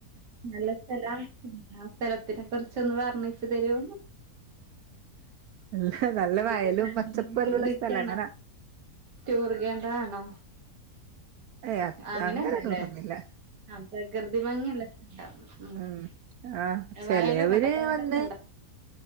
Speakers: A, on the right (about 85°); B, on the right (about 70°).
A: നല്ല സ്ഥലാ ഇന്നാ സ്ഥലത്തിനെ കുറിച്ചൊന്ന് വർണ്ണിച്ചു തരൂ
B: എല്ല നല്ല
A: അതിന്റെ
B: വയലും
A: ഭംഗി
B: പച്ചപ്പൊല്ലൊള്ള
A: ടൂറിസ്റ്റ്
B: സ്ഥലാ
A: ആണോ
B: ഇങ്ങനെ
A: ടൂർ കേന്ദ്രമാണോ
B: ഏയ് അ
A: അങ്ങനെയല്ലല്ലേ
B: അങ്ങനെ ടൂറൊന്നുല്ല
A: ആ പ്രകൃതി <unintelligible>
B: ഉം ആഹ് ചെലവര്
A: വയലൊക്കെ ഉണ്ടോ കേടൊക്കെ
B: വന്ന്
A: ഉണ്ടാവ <unintelligible> <inaudible>